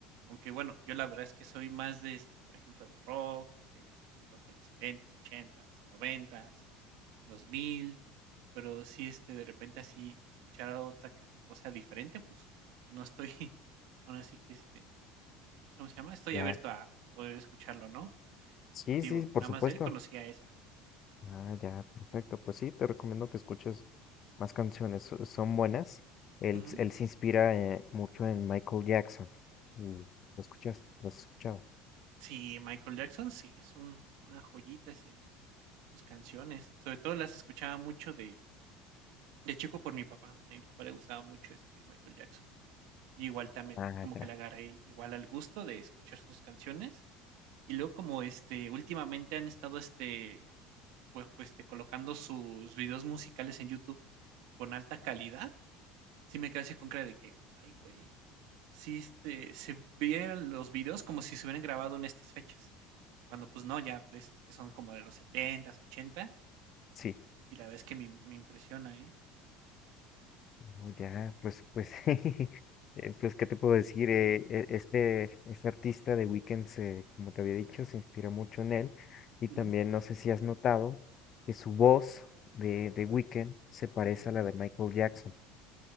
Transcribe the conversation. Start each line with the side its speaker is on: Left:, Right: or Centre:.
Right: Aunque bueno, yo la verdad es que soy más de este, por ejemplo, de rock, que de este rock de los setentas ochentas noventas dos mil pero sí, este, de repente así escuchar a otra c cosa diferente, pues, no estoy <laughs> ahora sí que, este, ¿cómo se llama? Estoy
Left: Ya.
Right: abierto a poder escucharlo, ¿no?
Left: Sí,
Right: Y te
Left: sí,
Right: digo,
Left: por
Right: nada
Left: supuesto.
Right: más de él conocía esa.
Left: Ah, ya, perfecto. Pues sí, te recomiendo que escuches más canciones. so- Son buenas. Él,
Right: Ujú.
Left: s- él se inspira eh, mucho en Michael Jackson. Mm, ¿Lo escuchas? ¿Lo has escuchado?
Right: Sí, Michael Jackson, sí, es un una joyita ese sus canciones. Sobre todo las escuchaba mucho de de chico por mi papá. A mi papá le gustaba mucho, este, Michael Jackson. Y Igual también
Left: Ah,
Right: como
Left: ya,
Right: que le agarré igual al gusto de escuchar sus canciones. Y luego como, este, últimamente han estado, este, Pues, este, colocando sus videos musicales en YouTube con alta calidad, sí me quedé así con cara de que, ay, güey, sí, este, se vieran los videos como si se hubieran grabado en estas fechas. Cuando pues no, ya ves que son como de los setentas ochentas
Left: sí.
Right: y la verdad es que me me impresiona, ¿eh?
Left: Oh, ya, pues, pues, <laughs> eh, pues, ¿qué te puedo decir? Eh, e- este, este artista de Weeknd, se- como te había dicho, se inspira mucho en él. Y
Right: Ujú,
Left: también, no sé si has notado, que su voz de, de
Right: ujú,
Left: Weeknd se parece
Right: ujú.
Left: a la de Michael Jackson.